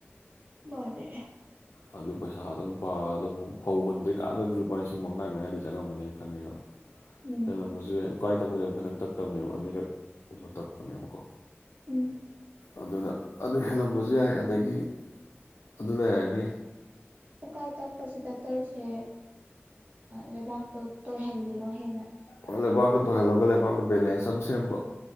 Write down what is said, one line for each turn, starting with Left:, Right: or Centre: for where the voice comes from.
Right: ꯃꯥꯅꯦꯅꯦ
Left: ꯑꯗꯨ ꯄꯩꯁꯥ ꯑꯗꯨꯝ ꯄꯥ ꯑꯗꯨ ꯐꯧ ꯍꯨꯟꯗ꯭ꯔꯤꯀꯥꯟꯗ ꯂꯨꯄꯥ ꯂꯤꯁꯤꯡ ꯃꯉꯥ ꯃꯌꯥꯥꯗ ꯆꯪꯉꯝꯕꯅꯦꯅ ꯈꯪꯉꯦꯕ
Right: ꯎꯝ
Left: ꯍꯦꯜꯂꯝꯕꯁꯨ ꯌꯥꯏ꯫ ꯎꯀꯥꯏ ꯇꯛꯄꯁꯦ ꯑꯃꯨꯛ ꯈꯛꯇꯪ ꯇꯛꯇꯕꯅꯦꯕ ꯑꯅꯤꯔꯛꯒꯨꯝꯕ ꯇꯛꯄꯅꯦꯕꯀꯣ꯫
Right: ꯎꯝ
Left: ꯑꯗꯨꯗ ꯑꯗꯨ ꯍꯦꯜꯂꯝꯕꯁꯨ ꯌꯥꯏ ꯑꯗꯒꯤ ꯑꯗꯨ ꯂꯩꯔꯔꯅꯤ꯫
Right: ꯎꯀꯥꯏ ꯇꯛꯄꯁꯤꯗ ꯇꯧꯔꯤꯁꯦ ꯂꯩꯕꯥꯛꯇꯣ ꯇꯣꯏꯍꯜꯂꯤꯔꯣ ꯍꯦꯟꯅ꯫
Left: ꯑꯣ ꯂꯩꯕꯥꯛꯇꯣ ꯇꯣꯏꯍꯜꯂꯒꯕꯥꯛꯇ ꯕꯦꯂꯦꯟꯁ ꯑꯃ ꯁꯦꯝꯕ